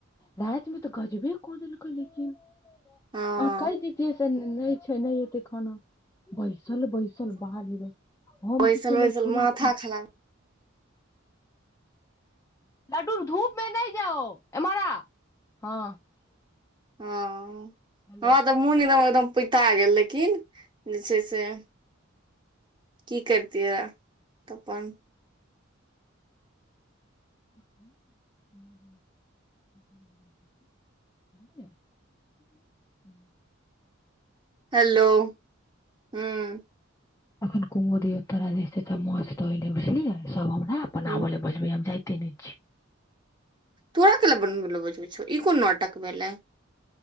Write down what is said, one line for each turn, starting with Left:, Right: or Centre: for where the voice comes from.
Left: राति मे तऽ गजबे कऽ देलकै लेकिन। <unintelligible> <unintelligible>
Right: हँ
Left: आ कै दीिय से नहि छै नहि एत। खान बइ। <unintelligible> चल बैसल बाहरब हम
Right: बैसल
Left: की केलहु
Right: बैसल
Left: छोला
Right: माथा
Left: फल। <unintelligible>
Right: खराब
Left: लड्डू धूप मे नहि जाओ एमारा हँ। <unintelligible>
Right: हँ।
Left: हेलो
Right: <unintelligible> आ त मन द। <unintelligible> एकदम पुता गेल लेकिन जे छै से। <unintelligible> की करतियै <unintelligible> तऽ अपन।
Left: ह्म -ह -ह- ह। <unintelligible>
Right: हेलो <unintelligible> ह्मं।
Left: एखन कुमो दियौ तरा जे च मछ तयल बुझलियै सब हमरा। अपननाबै
Right: हूँ
Left: ले बजबै हम जा। तीन छै। <unintelligible>
Right: तोरा क के ल बन बो बझबै छ ई कोन नट। पटक भेल ल। <unintelligible>